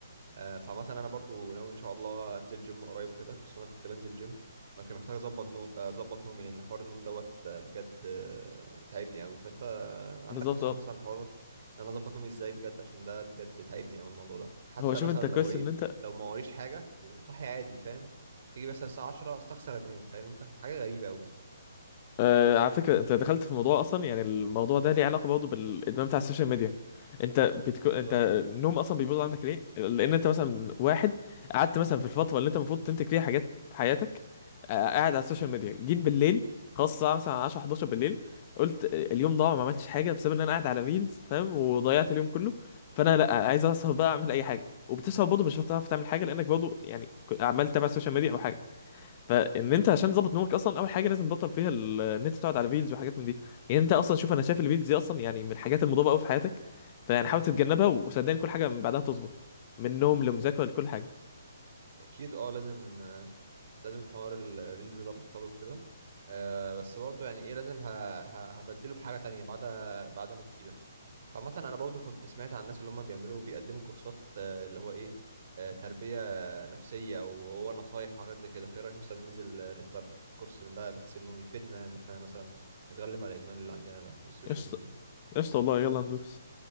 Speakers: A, on the right (about 45°); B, on the left (about 30°).
A: آه، فعامة انا برضو ناوي ان شاء الله انزل جيم قريب وكده خصوصا انا كنت بنزل جيم ولكن محتاج اظبط نو... آه، اظبط نومي لان حوار النوم دوت آه، بجد آه، تعبني قوي فانت آه، عندك
B: بالظبط
A: نصائح
B: اه
A: مثلا حوار ان انا اظبط نومي ازاي بجد عشان ده بجد تعبني قوي الموضوع ده حتى
B: هو شوف
A: مثلا
B: انت
A: لو
B: كويس
A: ايه
B: ان انت
A: لو ما وريش حاجة وصحي عادي فاهم تيجي مثلا الساعة 10 استخسر انام فاهم انت حاجة غريبة قوي
B: آه على فكرة انت دخلت في موضوع اصلا يعني الموضوع ده ليه علاقة برضه بالادمان بتاع السوشيال ميديا انت بتكو...
A: بالظبط
B: انت النوم اصلا بيبوظ عندك ليه لان انت مثلا واحد قعدت مثلا في الفترة اللي انت المفروض تنتج فيها حاجات في حياتك آه قاعد على السوشيال ميديا جيت بالليل خلاص الساعة مثلا 10 11 بالليل قلت اليوم ضاع ما عملتش حاجة بسبب ان انا قاعد على ريلز فاهم وضيعت اليوم كله فانا لا عايز اسهر بقى اعمل اي حاجة وبتسهر برضه مش هتعرف تعمل حاجة لانك برضه يعني عمال تتابع السوشيال ميديا او حاجة فان انت عشان تظبط نومك اصلا اول حاجه لازم تبطل فيها ال- ان انت تقعد على فيديوز وحاجات من دي يعني انت اصلا شوف انا شايف الفيديوز دي اصلا يعني من الحاجات المضاده قوي في حياتك فيعني حاول تتجنبها وصدقني كل حاجه من بعدها تظبط من نوم لمذاكره لكل حاجه
A: اكيد اه لازم لازم حوار ال- الريلز ده بطله كده آه بس برضه يعني ايه لازم ه... ه... هبدله بحاجة تانية بعد بعد مفيدة فعامة انا برضه كنت سمعت عن الناس اللي هم بيعملوا بيقدموا كورسات آه اللي هو ايه آه تربية نفسية او هو نصايح وحاجات زي كده فايه رأيك مثلا ننزل آه، نحضر كورس من ده بحيث انه يفيدنا ان احنا مثلا نتغلب على الادمان اللي عندنا ده للسوشيال
B: قشطه
A: ميديا
B: قشطه والله يلا ندوس